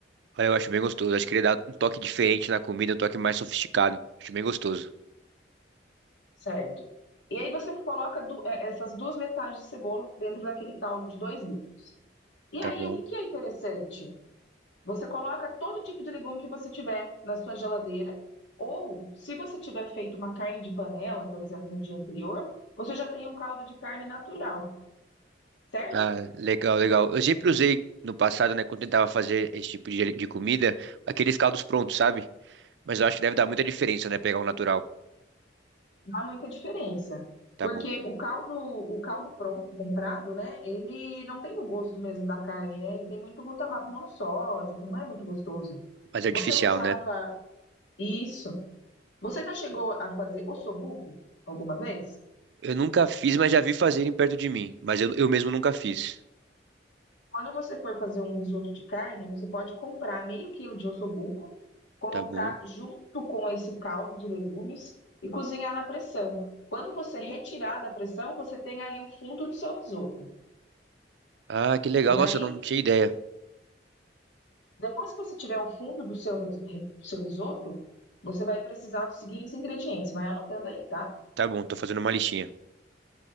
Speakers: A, on the right; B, on the left.
A: Olha, eu acho bem gostoso. Acho que ele dá um toque diferente na comida, um toque mais sofisticado. Acho bem gostoso.
B: Certo. E aí você coloca du- eh, essas duas metades de cebola dentro daquele caldo de dois litros. E
A: Tá
B: aí,
A: bom.
B: o que que é interessante? Você coloca todo tipo de legume que você tiver na sua geladeira, ou se você tiver feito uma carne de panela, por exemplo, no dia anterior, você já tem um caldo de carne natural, certo?
A: Ah, legal, legal. Eu sempre usei no passado, né, quando tentava fazer esse tipo de, de comida, aqueles caldos prontos, sabe? Mas eu acho que deve dar muita diferença, né, pegar um natural.
B: Não há muita diferença.
A: Tá
B: Porque
A: bom.
B: o caldo, o caldo pronto, comprado, né? Ele não tem o gosto mesmo da carne, né? Ele tem muito glutamato monossódico, não é muito gostoso.
A: Mas é artificial,
B: Você usava
A: né?
B: Isso. Você já chegou a fazer ossobuco alguma vez?
A: Eu nunca fiz, mas já vi fazerem perto de mim. Mas eu, eu mesmo nunca fiz.
B: Quando você for fazer um risoto de carne, você pode comprar meio quilo de ossobuco, colocar
A: Tá bom.
B: junto com esse caldo de legumes e cozinhar na pressão. Quando você retirar da pressão, você tem ali o fundo do seu risoto.
A: Ah, que legal.
B: E
A: Nossa,
B: aí,
A: eu não tinha ideia.
B: depois que você tiver o fundo do seu, ris- do seu risoto, você vai precisar dos seguintes ingredientes. Vai anotando aí, tá?
A: Tá bom, tô fazendo uma listinha.